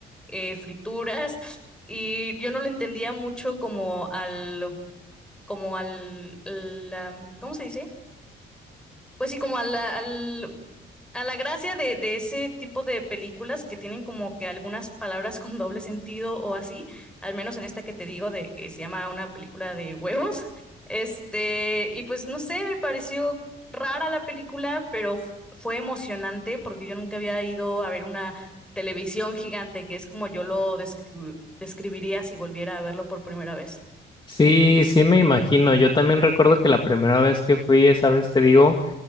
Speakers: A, in the centre; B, on the left.
A: eh, frituras, y yo no le entendía mucho como al, como al, la- ¿cómo se dice? Pues sí, como al, al a la gracia de, de ese tipo de películas que tienen como que algunas palabras <laughs> con doble sentido o así, al menos en esta que te digo de que se llama una película de huevos, <laughs> este, y pues no sé, me pareció rara la película, pero f- fue emocionante porque yo nunca había ido a ver una televisión gigante, que es como yo lo descri- describiría si volviera a verlo por primera vez.
B: Sí, sí me imagino. Yo también recuerdo que la primera vez que fui, esa vez te digo,